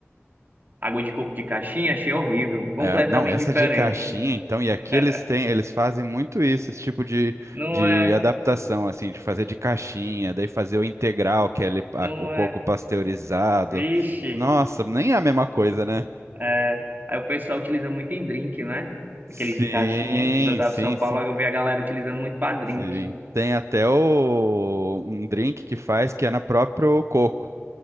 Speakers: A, on the right; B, on the right.
A: água de coco de caixinha, achei horrível, completamente
B: É, não, essa
A: diferente.
B: de caixinha, então, e
A: <laughs>
B: aqui eles têm, eles fazem muito isso, esse tipo de,
A: Não
B: de
A: é,
B: adaptação, assim, de fazer de caixinha, daí fazer o integral, que é ele- a-
A: não
B: o coco
A: é.
B: pasteurizado.
A: Vixe,
B: Nossa, nem é a mesma coisa, né?
A: é. Aí o pessoal utiliza muito em drink, né?
B: Sim,
A: Aqueles de caixinha. Quando eu tava
B: sim,
A: em São
B: sim,
A: Paulo, eu vi a galera utilizando muito pra drink.
B: sim. Tem até o, um drink que faz que é na próprio coco.